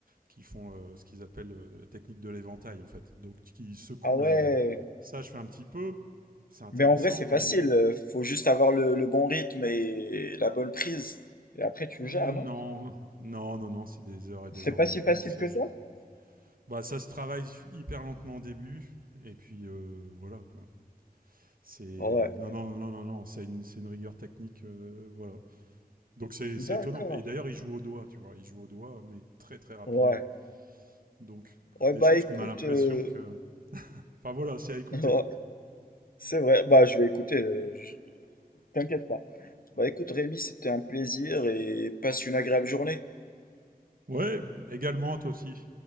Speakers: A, on the right; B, on the left.
A: qui font euh, ce qu'ils appellent euh, la technique de l'éventail en fait. Donc qui secouent
B: Ah ouais.
A: la ça je fais un petit peu, c'est intéressant
B: Mais en vrai, c'est
A: mais
B: facile. euh, Faut juste avoir le, le bon rythme et la bonne prise. Et après, tu
A: Mm,
B: gères, non?
A: non, non non non, c'est des heures et
B: C'est
A: des heures
B: pas
A: de
B: si
A: boulot,
B: facile
A: c'est
B: que ça?
A: bah ça se travaille hyper lentement au début et puis euh, voilà quoi. C'est
B: Ouais.
A: non non non non non, c'est une c'est une rigueur technique euh, voilà, Donc c'est c'est
B: D'accord.
A: étonnant. Et d'ailleurs, il joue au doigt, tu vois. Il joue au doigt, mais très très rapidement.
B: Ouais.
A: Donc
B: Ouais,
A: des
B: bah
A: choses
B: écoute.
A: qu'on a l'impression
B: euh,
A: que. Enfin voilà, c'est
B: <laughs>
A: à écouter.
B: ouais, c'est vrai. Bah, je vais écouter. euh, je- T'inquiète pas. Bah écoute Rémi, c'était un plaisir et passe une agréable journée.
A: Ouais, également, toi aussi.